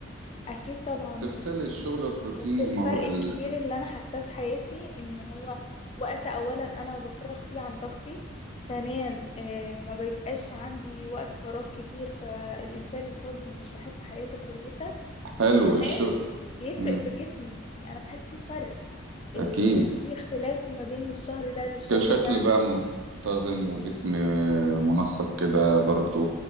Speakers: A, on the left (about 30°); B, on the right (about 80°).
A: اكيد طبعا
B: تفصلي
A: بس
B: الشغل الروتيني
A: بس الفرق
B: ما هو ال...
A: الكبير اللي انا حاساه في حياتي ان هو وقت اولا انا بفرغ فيه عن طاقتي ثانيا آه، ما بيبقاش عندي وقت فراغ كتير فالانسان الفاضي مش بحس حياته كويسة
B: حلو
A: وكمان
B: الشغل
A: بيفرق
B: مم.
A: في جسمي يعني انا بحس في فرق آه،
B: اكيد
A: في اختلاف ما بين الشهر ده للشهر
B: كشكل
A: ده
B: بقى منتظم وجسم آه، منسق كده برضو